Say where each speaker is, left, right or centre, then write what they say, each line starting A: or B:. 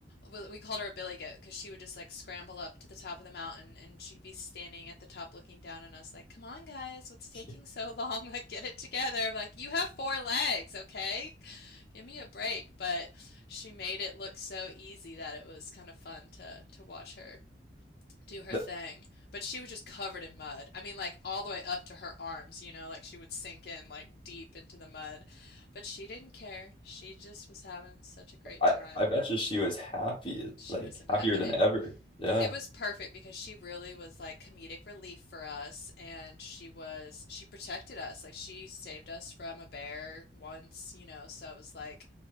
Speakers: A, on the left; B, on the left.
A: well, we called her a billy goat because she would just like scramble up to the top of the mountain and she'd be standing at the top looking down on us like, "Come on guys, what's
B: <laughs>
A: taking so <laughs> long? Like get it together. Like you have four legs, okay? Give me a break." But she made it look so easy that it was kind of fun to to watch her do her
B: Th-
A: thing, but she was just covered in mud. I mean, like all the way up to her arms, you know, like she would sink in like deep into the mud. But she didn't care. She just was having such a great
B: I,
A: time.
B: I bet you she was happy,
A: She
B: like
A: was in
B: happier
A: heaven.
B: than
A: And
B: ever. Yeah.
A: it was perfect because she really was like comedic relief for us, and she was she protected us. Like she saved us from a bear once, you know, so it was like